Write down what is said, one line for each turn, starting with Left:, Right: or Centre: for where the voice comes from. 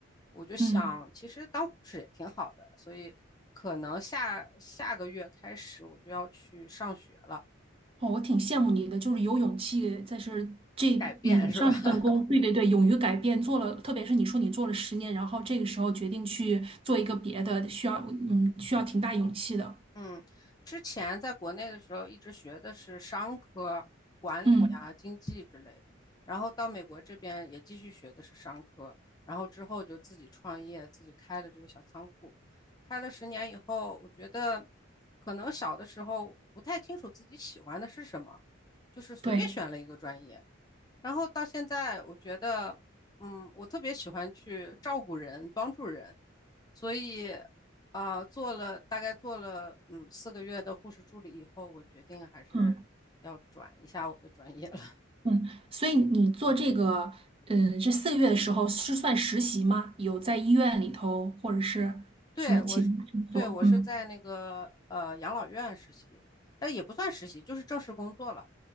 Left: 我就想，
Right: 嗯。
Left: 其实当护士也挺好的，所以可能下下个月开始我就要去上学了，
Right: 哦，我挺羡慕你的，就是有勇气，在是这你的上一份工，
Left: 改变是吧？<laughs>
Right: 对对对，勇于改变，做了，特别是你说你做了十年，然后这个时候决定去做一个别的，需要嗯需要挺大勇气的，
Left: 嗯，之前在国内的时候一直学的是商科、管理啊、
Right: 嗯，
Left: 经济之类的，然后到美国这边也继续学的是商科，然后之后就自己创业，自己开了这个小仓库，开了十年以后，我觉得可能小的时候不太清楚自己喜欢的是什么，就是随便选了一个专业。
Right: 对，
Left: 然后到现在，我觉得，嗯，我特别喜欢去照顾人、帮助人，所以，啊、做了大概做了嗯四个月的护士助理以后，我决定还是要转一下我的专业了。
Right: 嗯
Left: <laughs>
Right: 嗯，所以你做这个，嗯，这四个月的时候是算实习吗？有在医院里头或者是什么其他工作？
Left: 对，我是，对，我是在那个呃养老院实习，
Right: 嗯
Left: 哎，也不算实习，就是正式工作了。